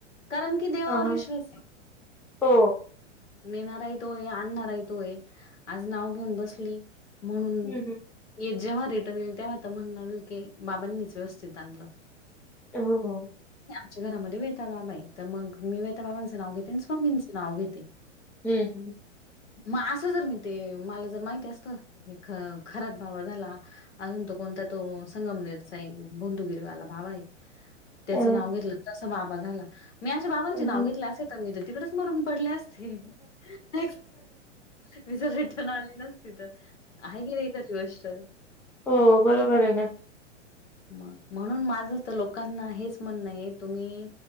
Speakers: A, on the left; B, in the centre.
A: कारण कि देवावर
B: हां, हां.
A: विश्वास आहे
B: हो.
A: नेणाराही तो हे आणणाराही तो हे आज नाव घेऊन बसली म्हणून
B: हं, हं.
A: ये जेंव्हा रिटर्न येईल तेव्हा आता म्हणल की बाबांनीच व्यवस्थित आणलं
B: हों हों
A: च्या घरामध्ये वेताळ बाबा आहे. तर मग मी वेताबाबांचं नाव घेते. आणि स्वामींचं नाव घेते.
B: हम्म हम्म
A: म आसं जर मी ते मला जर माहिती असत हे ख खरात बाबा झाला अजून तो कोणता तो संगमनेरचा एक बोंधुगिरीवाला बाबा आहे त्याचं
B: अ
A: नाव घेतलं तस बाबा झाला मी अशा बाबांचे
B: अच्छा.
A: नाव घेत तर तिकडेच मरून पडले असते <inaudible> <inaudible> मी जर रिटर्न आली नसते तर एकच गोष्ट
B: हो बरोबर आहे ना
A: म म्हणून माझ तर लोकांना हेच म्हंण आहे तुम्ही